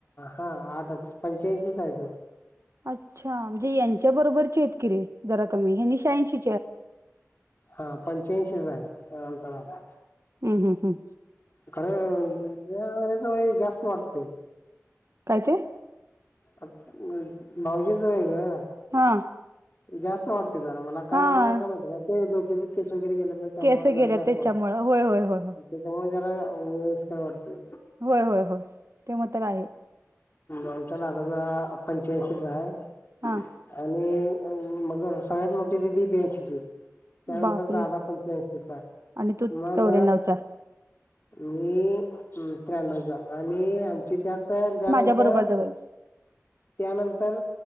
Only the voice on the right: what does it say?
अच्छा म्हणजे यांच्या बरोबरचे आहेत की रे, जरा कमी हेनी शहाऐंशी.
हम् हम् हम्.
काय ते,
हां.
हा
केस
गेल्या
त्याच्यामुळं
होय होय होय होय
व्हय व्हय व्हय, ते मातर आहे.
हां.
बापरे
आणि तू
चौऱ्याण्णवचा
माझ्या बरोबरचा आहेस